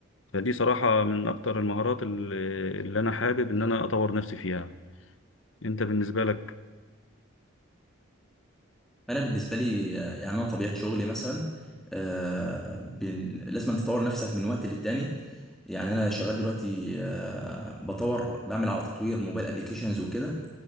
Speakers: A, on the left (about 65°); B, in the centre.
A: فدي صراحة من أكتر المهارات ال- اللي أنا حابب إن أنا أطور نفسي فيها أنت بالنسبة لك
B: انا بالنسبه لي آه، يعني انا طبيعه شغلي مثلا آه، بن- لازم تطور نفسك من وقت للتاني يعني انا شغال دلوقتي آه، بطور بعمل على تطوير موبايل ابليكيشنز وكده